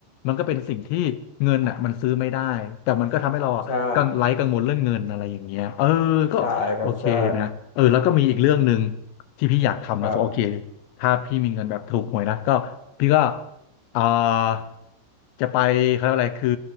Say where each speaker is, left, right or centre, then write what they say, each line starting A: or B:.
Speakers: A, on the left (about 75°); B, on the left (about 45°).
A: มันก็เป็นสิ่งที่เงินอ่ะมันซื้อไม่ได้แต่มันก็ทำให้เราอ่ะกังไร้กังวลเรื่องเงินอะไรอย่างเงี้ยเออก็โอเคนะเออแล้วก็มีอีกเรื่องหนึ่ง
B: ใช่ใช่ครับใช่
A: ที่พี่อยากทำนะโอเค
B: ครับ
A: ถ้าพี่มีเงินแบบถูกหวยนะก็พี่ก็อ่าจะไปเขาเรียกว่าอะไรคือ